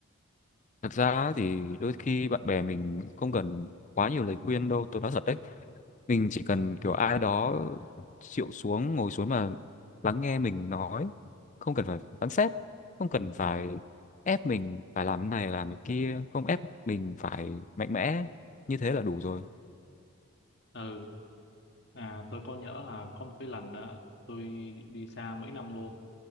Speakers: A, on the left; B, on the left.
A: thật ra thì đôi khi bạn bè mình không cần quá nhiều lời khuyên đâu tôi nói thật đấy mình chỉ cần kiểu ai đó chịu xuống ngồi xuống mà lắng nghe mình nói không cần phải phán xét không cần phải ép mình phải làm này làm cái kia không ép mình phải mạnh mẽ như thế là đủ rồi
B: ừ à, tôi có nhớ là có một cái lần đó tôi đi xa mấy năm luôn